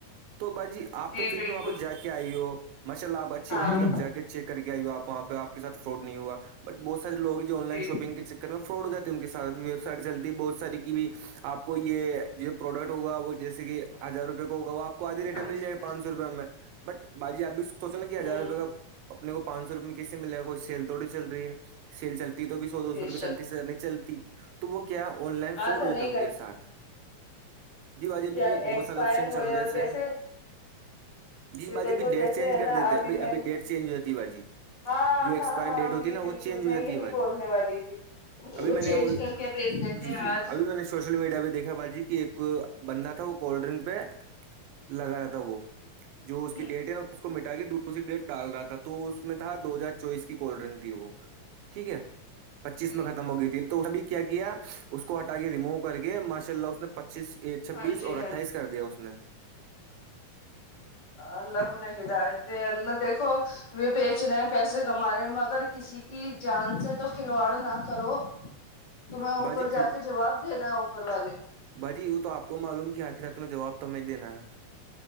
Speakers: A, on the right; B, on the left.
A: تو باجی آپ
B: جی
A: تو پھر
B: بالکل
A: بھی وہاں پہ جا کے آئی ہو ماشاء اللہ آپ اچھی
B: ہاں
A: بات کہ آپ جا کے چیک کر کے آئی آپ وہاںہ آپ سات فراڈ نہیں ہوا بہت سار لوگ جو آن لائن
B: جی
A: شاپنگ کے فراڈ ہو جاتی ان کے ساتھ ویب سائٹ چلتی ہے بہت ساری کی بھی آپ کو یہ پروڈکٹ ہوگ وہ جیسے کہ ہزار روپئے کو ہوگا وہ آپ آدھی ریٹ
B: ہاں
A: میں مل
B: جی
A: جائے گ
B: ہاں
A: پانچ
B: جی
A: سو روپئے میں بٹ باجی اب بھی سوچو نا کہ
B: ہوں
A: ہزار روپئے کا اپنے کو پانچ سو روپئے میں کس سے ملے ہے کوئی سیل توڑی چل رہی ہے سل چلتی سو دو
B: بے
A: سو
B: شک
A: روپئے چلتی س نہیں چلتی تو وہ کیا آن لائن
B: آدھا
A: فاڈ ہو
B: نہیں
A: جتا تھا ان کے ساتھ جی باجی ابھی
B: کیا
A: بھی
B: ایکسپائر
A: بہت سارے آپشن
B: ہوئے
A: چل رہے
B: اور
A: تھے
B: جیسے
A: جی باجی
B: دیکھو
A: ڈیٹ
B: جیسے
A: چینج
B: ہے
A: کر
B: نا
A: دیتے ابھی
B: میں
A: ابھی ڈیٹ چینج ہو جاتی ہے باجی
B: ہاں
A: جو ایکسپائر
B: ہاں ہاں
A: ڈیٹ ہوتی
B: جی
A: ہے نا
B: بالکل
A: وہ چینج
B: میں
A: ہو جاتی
B: یہی
A: ہے باجی
B: بولنے والی تھی
A: ابھی
B: وہ
A: میں
B: چینج
A: نے اول-
B: کر بھیج دے تھے
A: جی جی
B: آج
A: ابھی میں نے سوشل میڈیا پہ دیکھا باجی کی ایک بندہ تھا وہ کولڈ ڈرنک پہ لگا رہا تھا وہ جو اس کی
B: ہوں
A: ڈیٹ ہے نا اس کو مٹا کے دوس اسی ڈیٹ ڈال رہا تھا تو اس میں تھا دو ہزار چوبیس کی کولڈ ڈرنک تھی وہ ٹھیک ہے پچیس
B: جی
A: میں ختم ہو گئی تھی تو اس نےت بھی کیا اس کو ہٹا کے ریموو کر کے ماشاء اللہ اس نے پچیس چھبیس
B: ہاں جی
A: اور اٹھائیس
B: ہاں جی
A: کر دی اس نے
B: اللہ انھیی ہدیت دے اللہ دیکھو و بیچ رہے ہیں پیسے کما رہے مگر کسی کی جان سے تو کھلواڑ نہ کرو تمہیں اوپر
A: باجی کھل
B: جا کے جواب دینا ہے اوپر والے
A: باجی وہ تو آپ کو معلوم کہ آخرات می تم جواب تمیں دینا ہے